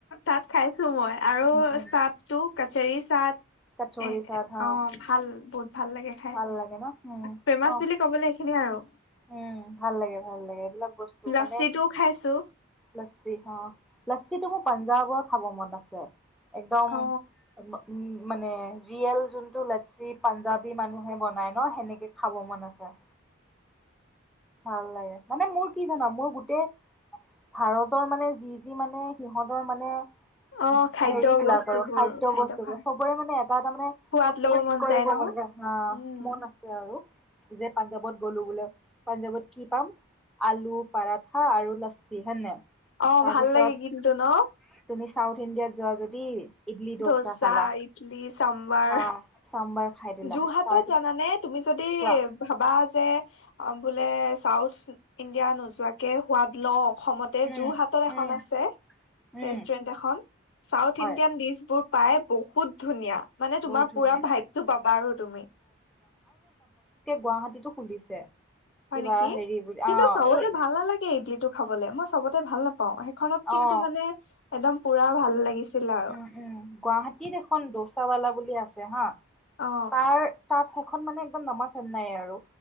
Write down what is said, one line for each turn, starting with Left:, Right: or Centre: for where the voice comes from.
Left: তা'ত খাইছো মই। আৰু
Centre: উম উম
Left: তা'ত তো- কৌচৰি- চাত-
Centre: কচৰি
Left: এ'
Centre: চাট হা
Left: অঁ ভাল বহুত- ভাল লাগে খাই।
Centre: ভাল লাগে ন উম
Left: ফ্ৰেমাচ
Centre: অ
Left: বুলি কবলৈ এইখিনিয়ে আৰু।
Centre: উম' ভাল লাগে, ভাল লাগে। এইবিলাক- বস্তু
Left: লাচিটোও
Centre: মানে
Left: খাইছো
Centre: লাচ্ছী অঁ। লাচ্ছিটো মোক- পাঞ্জাৱৰ খাব মন আছে। একদম
Left: অ
Centre: উম' মানে- ৰিয়েল যোনটো লাচ্ছী পাঞ্জাৱী মানুহে বনাই। ন' সেনেকৈ খাব মন আছে। ভাল লাগে। মানে মোৰ কি' জানা মোৰ গোটেই ভাৰতৰ মানে যি, যি মানে, সিহঁতৰ মানে-
Left: অ খাদ্য
Centre: হেৰি বিলাক
Left: বস্তুবোৰ
Centre: আৰু খাদ্য
Left: খাদ্যভাৰ
Centre: বস্তু বিলাক। চবৰে মানে এটা, এটা মানে
Left: সোৱাদ
Centre: মোৰ
Left: লব
Centre: টেষ্ট
Left: মন
Centre: কৰিব
Left: যায় ন
Centre: মানে,
Left: উম
Centre: মন আছে আৰু। যে পাঞ্জাৱত গ'লো বোলে। পাঞ্জাৱত কি' পাম আলু পৰঠা আৰু লাচ্ছী হয় নাই।
Left: অ
Centre: তাৰপিছত
Left: ভাল লাগে কিন্তু ন
Centre: তুমি চাউথ ইণ্ডিয়াত যোৱা যদি- <unintelligible> দোচা
Left: ডৌচা,
Centre: খালা
Left: ইটলি, চাম্বাৰ।
Centre: হা চাম্বাৰ খাই দিলা
Left: যোৰহাটত
Centre: তাৰ
Left: জানানে তুমি যদি
Centre: কোৱা
Left: ভাবা- যে' বোলে চাউথ ইণ্ডিয়া নোযোৱাকে সোৱাদ লওঁ। অসমতে এ
Centre: উম
Left: যোৰহাটত এখন
Centre: উম
Left: আছে।
Centre: উম
Left: ৰেষ্টুৰেণ্ট এখন, চাউথ
Centre: হয়
Left: ইণ্ডিয়ানৰ- বোৰ পাই বহুত ধুনীয়া। মানে তোমাৰ
Centre: বহুত ধুনীয়া
Left: পুৰা ভাইপটো পাবা আৰু তুমি।
Centre: গুৱাহাটী তো খুলিছে।
Left: হয়
Centre: কিবা
Left: নেকি।
Centre: হেৰি বুলি
Left: কিন্তু
Centre: অ
Left: চবতে
Centre: এই
Left: ভাল নালাগে ইডলিটো- খাবলে। মই চবতে ভাল নাপওঁ। সেইখনত কিন্তু
Centre: অ
Left: মানে- একদম পুৰা ভাল- আৰু
Centre: উম, উম। গুৱাহাটীত এখন ডৌচাৱালা বুলি- আছে হাঁ।
Left: অ
Centre: তাৰ তাত সেইখন মানে একদম নামাজ চেন্নাই আৰু